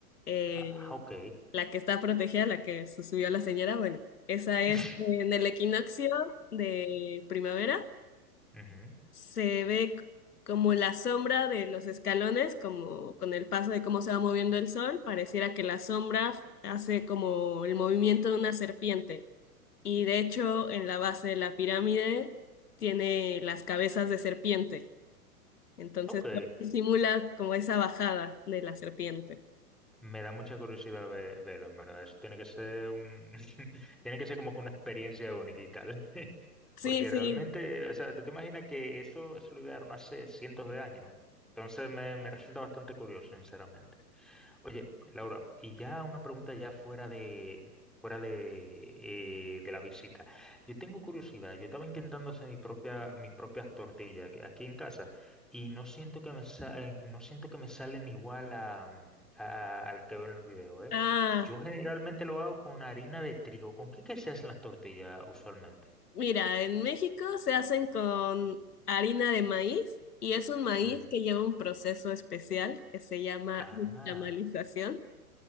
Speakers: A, on the left; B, in the centre.
A: eh,
B: Ah, ok.
A: la que está protegida, la que se subió la señora. Bueno, esa es
B: <laughs>
A: eh, en el equinoccio de primavera.
B: Ujú.
A: Se ve c- como la sombra de los escalones, como con el paso de cómo se va moviendo el sol, pareciera que la sombra hace como el movimiento de una serpiente. Y de hecho, en la base de la pirámide tiene las cabezas de serpiente. Entonces,
B: Ok,
A: pues, simula como esa bajada de la serpiente.
B: Me da mucha curiosidad ve- verlo, en verdad. Eso tiene que ser un... <laughs> tiene que ser como que una experiencia única y tal. <laughs>
A: Sí,
B: Porque
A: sí.
B: realmente, o sea, ¿tú te imaginas que eso, eso lo idearon hace cientos de años? Entonces me, me resulta bastante curioso, sinceramente. Oye, Laura, y ya una pregunta ya fuera de fuera de, eh, de la visita. Yo tengo curiosidad, yo estaba intentando hacer mi propia, mis propias tortillas que- aquí en casa y no siento que me sa- eh, no siento que me salen igual a, a, a las que veo en el video, ¿eh?
A: Ah,
B: Yo generalmente lo hago con harina de trigo. ¿Con qué que se hacen las tortillas usualmente?
A: mira, en México se hacen con harina de maíz y es un maíz
B: Ujú.
A: que lleva un proceso especial que se llama
B: Ah,
A: nixtamalización.